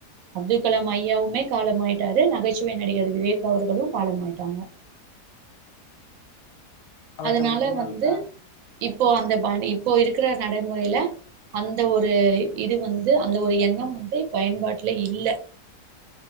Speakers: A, on the right (about 65°); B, on the left (about 85°).
A: அப்துல்கலாம் ஐயாவுமே காலமாயிட்டாரு நகைச்சுவை நடிகர் விவேக் அவர்களு காலம் ஆயிட்டாங்க
B: அவர்களுக்கு
A: அதனால
B: பின்னால்
A: வந்து
B: அ
A: இப்போ அந்த பான்டி இப்போ இருக்ற நடைமுறையில அந்த ஒரு இது வந்து அந்த ஒரு எண்ணம் வந்து பயன்பாட்ல இல்ல